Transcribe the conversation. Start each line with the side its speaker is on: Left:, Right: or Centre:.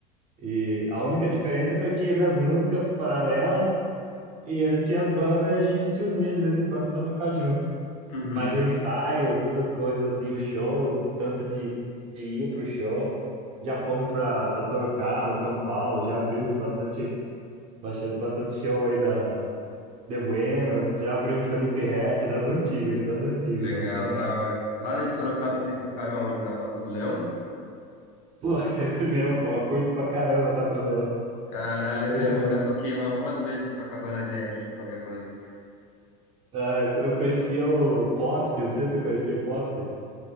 Right: e a única diferença é que eu tinha minhas músicas paralelas, e eles tinham as bandas e a gente se unia de vez em quando para tocar junto.
Left: Uhum.
Right: Mas o ensaio, todas as coisas assim, o show, tanto de, de ir pro show, já fomos para Sorocaba, São Paulo, já abrimos bastante, bastante, bastante show aí da de Buenos, já abrimos Felipe Ret, das antigas, das antigas,
Left: Legal,
Right: não atualmente.
Left: da hora. Lá em Sorocaba vocês tocaram aonde? Na Toca do Leão?
Right: Pô, <laughs> esse mesmo, pô, eu curto pra caramba, toca do Leão,
Left: Caralho, é
Right: curto
Left: mesmo?
Right: mesmo.
Left: Eu já toquei lá algumas vezes com a Cabana Jack, hein, com a minha banda também.
Right: Ah, eu eu conhecia o Poft, não sei se você conhecia o Poft.